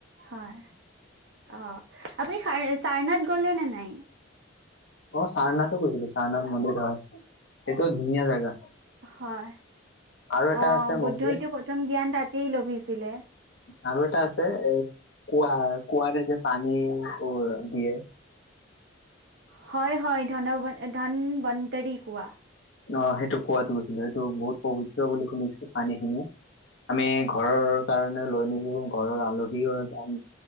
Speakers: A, on the right; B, on the left.
A: হয় অ, আপুনি সাৰ চাই নাথ গলে নে নাই?
B: অ চাৰনাথো কৈছিলো চাৰনাথ মন্দিৰ ধৰ, এইটোও ধুনীয়া জেগা।
A: হয়,
B: আৰু এটা
A: অ
B: আছে মন্দিৰ
A: বুদ্ধইটো প্ৰথম জ্ঞান তাতেই লভিছিলে।
B: আৰু এটা আছে এই কুৱা কুৱাৰে যে পানী অ দিয়ে।
A: হয় হয় ধন ব ধান বান্তৰী কোৱা।
B: অ সেইটো কুৱাতো গৈছিলো, এইটো বহুত পৱিত্ৰ বুলি শুনিছো পানী খিনি। আমি ঘৰৰ কাৰণে লৈ আনিছো ঘৰৰ আলহীও <inaudible>